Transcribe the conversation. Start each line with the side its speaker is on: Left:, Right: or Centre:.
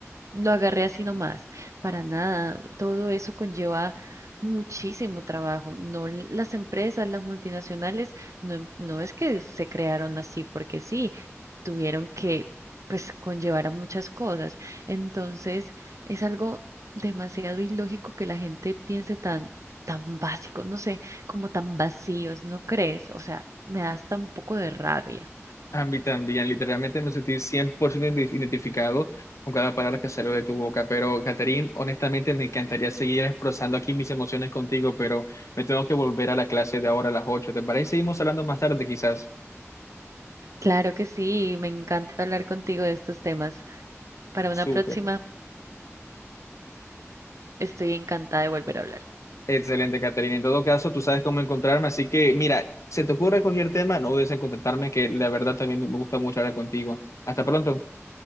Right: lo agarré así nomás, para nada. Todo eso conlleva muchísimo trabajo. No, l- las empresas, las multinacionales, no, em- no es que se crearon así porque sí, tuvieron que, pues, conllevar a muchas cosas. Entonces, es algo demasiado ilógico que la gente piense tan, tan básico, no sé, como tan vacíos, ¿no crees? O sea, me da hasta un poco de rabia.
Left: A mí también, literalmente me sentí 100% identif- identificado con cada palabra que salió de tu boca, pero Catherine, honestamente me encantaría seguir expresando aquí mis emociones contigo, pero me tengo que volver a la clase de ahora a las ocho ¿te parece? Seguimos hablando más tarde quizás.
Right: Claro que sí, me encanta hablar contigo de estos temas. Para
Left: Súper.
Right: una próxima. Estoy encantada de volver a hablar.
Left: Excelente, Catherine. En todo caso, tú sabes cómo encontrarme, así que mira, se te ocurre cualquier tema, no dudes en contactarme, que la verdad también me gusta mucho hablar contigo. Hasta pronto.